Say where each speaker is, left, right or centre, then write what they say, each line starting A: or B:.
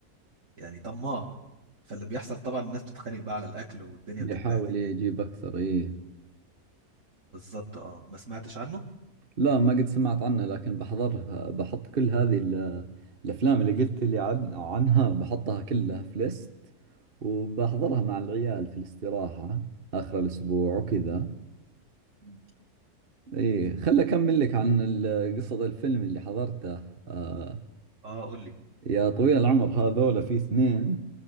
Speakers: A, on the right; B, on the right.
A: يعني طماع فاللي بيحصل طبعا الناس بتتخانق بقى على الاكل والدنيا
B: يحاول
A: بتتبهدل
B: يجيب
A: يعني
B: أكثر إيه
A: بالظبط اه ما سمعتش عنه
B: لا ما قد سمعت عنه لكن بحضرها بحط كل هذه ال- الأفلام اللي قلت لي عن عنها بحطها كلها في ليست وبحضرها مع العيال في الاستراحة آخر الأسبوع وكذا
A: مم.
B: إيه خل أكمل لك عن ال- قصة الفيلم اللي حضرته آه،
A: اه قول لي
B: يا طويل العمر هذول في اثنين